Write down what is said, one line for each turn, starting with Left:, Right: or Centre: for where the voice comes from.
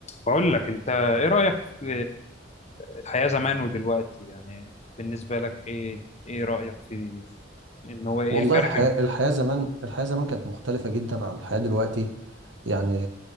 Left: بقول لك انت ايه رأيك في الحياة زمان ودلوقتي يعني بالنسبة لك ايه ايه رأيك في ان هو ايه
Right: والله
Left: الفرق
Right: الحياة
Left: بينهم
Right: الحياة زمان الحياة زمان كانت مختلفة جدا عن الحياة دلوقتي يعني